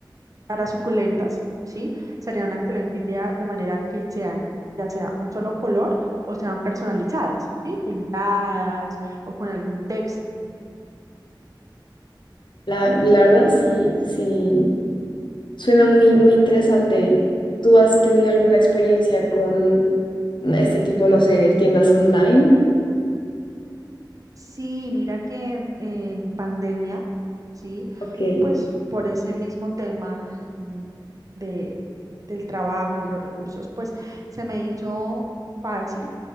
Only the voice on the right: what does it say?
para suculentas, ¿sí? Sería una excelente idea de manera que sean, ya sea un solo color o sean personalizadas, ¿sí? Pintadas o con algún texto.
Sí, mira que en pandemia, sí,
pues por ese mismo tema mm, de, del trabajo, y los recursos, pues se me hizo fácil,